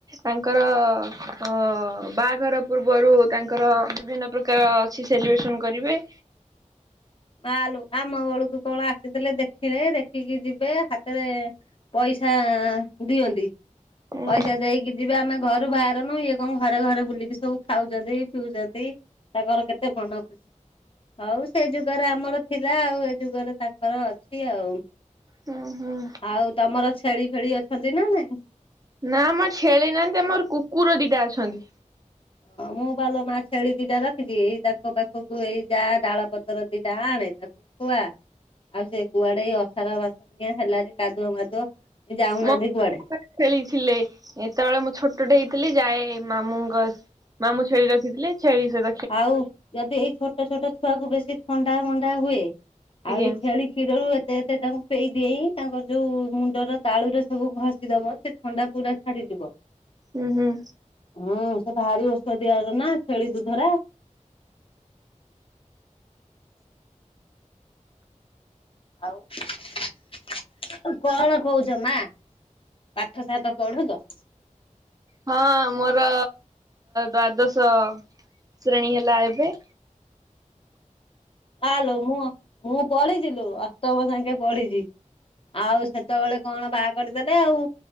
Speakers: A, on the right; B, on the left.
A: ତାଙ୍କର ଅ ବାହାଘର ପୂର୍ବରୁ ତାଙ୍କର ବିଭିନ୍ନ ପ୍ରକାର ତ ଅଛି ସେଲିବ୍ରେସନ୍ କରିବେ।
B: ମାଆଲୋ ଆମ ବେଳକୁ କଣ ଆସିଥିଲେ ଦେଖିବେ ଦେଖିକି ଯିବେ ହାତରେ ପଇସା ଦିଅନ୍ତି
A: ହୁଁ।
B: ପଇସା ଦେଇକି ଯିବେ ଆମେ ଘରୁ ବାହାରାରୁନୁ ଇଏ କଣ ଘରେ ଘରେ ବୁଲିକି ସବୁ ଖାଉଚନ୍ତି ପିଉଚନ୍ତି। ତାଙ୍କର କେତେ ମନ ଖୁସି ହଉ ସେ ଖୁ ସେ ଯୁଗରେ ଆମର ଥିଲା ଆଉ ଏ ଯୁଗରେ ତାଙ୍କର ଅଛି ଆଉ।
A: ହଁ ହଁ।
B: ଆଉ ତମର ଛେଳି ଫେଳି ଅଛନ୍ତି ନା ନାଇଁ?
A: ନାମ ଆମର ଛେଳି ନାହାନ୍ତି ଆମର କୁକୁର ଦିଟା ଅଛନ୍ତି।
B: ହଁ ମୁଁ ପାଲୋ ମା ଛେଳି ଦିଟା ରଖିଛି ଏଇ ତାଙ୍କ ପାଖକୁ ଏଇ ଯାହା ଡାଳ ପତ୍ରର ଦିଟା ଆଣେ ତାକୁ କୁଆ ଆଉ ସେ କୁଆଡେ ଅସାର ମାସ ପୁଣିଆ ହେଲାଣି କାଦୁଅ ମାଦୁଅ ସେ ଯାଉନାହାନ୍ତି
A: ମୋ
B: କୁଆଡେ।
A: ଖେଳିଥିଲେ ଏତେବେଳେ ମୁଁ ଛୋଟଟେ ହେଇଥିଲି ଯାଏ ମାମୁଁଙ୍କ ମାମୁ ଛେଳି ରଖିଥିଲେ ଛେଳି ସେ
B: ଆଉ ଯଦି ଏଇ ଛୋଟ ଛୋଟ ଛୁଆକୁ ବେଶୀ ଥଣ୍ଡା ମଣ୍ଡା ହୁଏ
A: ଆଜ୍ଞା
B: ଆଉ ଏଇ ଛେଳି କ୍ଷୀରରୁ ଏତେ ଏତେ ତାଙ୍କୁ ପେଇ ଦେଏଇଁ ତାଙ୍କର ଯୋଉ ମୁଣ୍ଡର ତାଳୁରେ ସବୁ ଘଷିଦବ। ଥଣ୍ଡା ପୁରା ଛାଡିଯିବ।
A: ହୁଁ ହୁଁ।
B: ହୁଁ ସେ ଭାରି ଔଷଧି ଦିଆରେ ନା ଛେଳି ଦୁଧ ରେ। ଆଉ କଣ କହୁଚ ମା? ପାଠ ସାଠ ପଢୁଚ?
A: ହଁ ମୋର ଦ୍ଵାଦଶ ଶ୍ରେଣୀ ହେଲା ଏବେ।
B: ମାଆଲୋ ମୁହ ମୁଁ ପଢିଚି ଲୋ ଅଷ୍ଟମ ଯାଙ୍କେ ପଢିଛି ଆଉ ସେତେବେଳେ କଣ ବା କରିଦେଲେ ଆଉ